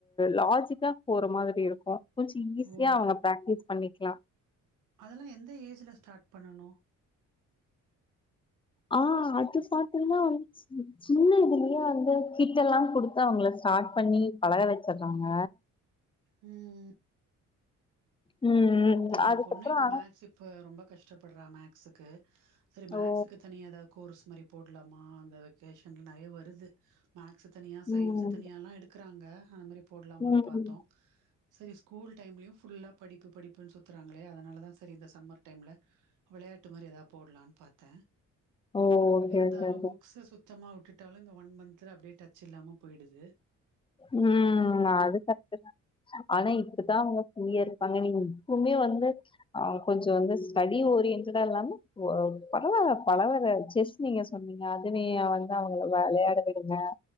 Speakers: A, on the left (about 20°); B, on the right (about 85°).
A: லாஜிக்கா போற மாதிரி இருக்கு கொஞ்ச ஈஸியா
B: ஓ
A: அவங்க பிராக்டிஸ் பண்ணிக்கலா
B: அதெல்லா எந்த ஏஜ்ல ஸ்டார்ட் பண்ணனு
A: ஆ அது பாத்திங்ன்னா வந்து சின்ன இதுலயே வந்து கிட் எல்லா குடுத்து அவங்கள ஸ்டார்ட் பண்ணி பழக வச்சறாங்க
B: ம்
A: ம்
B: தா
A: அதுக்கப்புற
B: எம் பொண்ணு இப்ப
A: ஆனா
B: மேக்சுப் இப்ப ரொம்ப கஷ்டப்படுறா மேக்ஸுக்கு சரி மேக்ஸுக்கு
A: ஓ
B: தனியா ஏதா கோர்ஸ் மாதிரி போடலாமா அந்த வெக்கேஷன்ல நறைய வருது மேக்ஸு தனியா சயின்ஸு
A: ம்
B: தனியால்லா எடுக்கிறாங்க அந்த மாதிரி போடலாமான்னு
A: ம்
B: பார்த்தோ சரி ஸ்கூல் டைம்லயு ஃபுல்லா படிப்பு படிப்பு அப்டின்னு சுத்துறாங்களே அதனால தா சரி இந்த சம்மர் டைம்ல விளையாட்டு மாதிரி எதா போடலாம்னு பார்த்தே
A: ஓ ஓகே
B: இருந்தாலு
A: ஓகே ஓகே
B: புக்ஸ் சுத்தமா விட்டுட்டாலு இந்த ஒன் மந்த்து அப்டியே டச் இல்லாம போயிடுது
A: ம் நா அதுகாகதா ஆனா இப்பதா அவங்க ய இருப்பாங்க நீங்க எப்பவுமே வந்து அ கொஞ்சம் வந்து ஸ்டடி ஓரியன்டடா இல்லாம ஓ பலவர பலவர செஸ் நீங்க சொன்னீங்க அதுனேய வந்து அவங்கள வளையாட விடுங்க